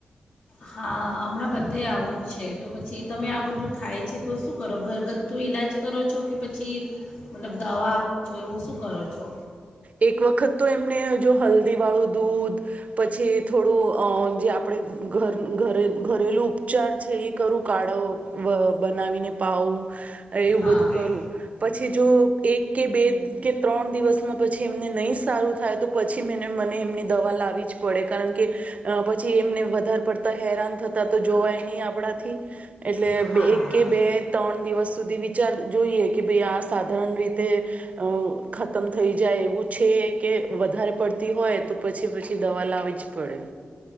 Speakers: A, on the left; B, on the right.
A: હા હમણાં બધે આવું જ છે તો પછી તમે આ બધું થાય છે, તો શું કરો ઘરગથ્થું ઈલાજ કરો છો, કે પછી મતલબ દવા આપો છો, એવું શું કરો છો?
B: એક વખત તો એમને જો હલ્દીવાળું દૂધ પછી થોડું અહ જે આપડે ઘર ઘરે ઘરેલુ ઉપચાર છ ઈ કરું. કાળાઓ વ બનાવીને પાઉ એવું
A: હા
B: બધું કરું, પછી જો એક કે બે કે ત્રણ દિવસમાં પછી એમને નહી સારું થાય તો પછી મેને મને એમને દવા લાવી જ પડે, કારણ કે અહ પછી એમને વધારે પડતા હેરાન થતા તો જોવાય નહી આપણાથી. એટલે
A: હા
B: બે એક
A: હા
B: કે બે ત્રણ દિવસ સુધીની વિચાર જોઈએ કે ભઈ આ સાધારણ રીતે અહ ખતમ થઈ જાય એવું છે કે વધારે પડતી હોય તો પછી-પછી દવા લાવી જ પડે.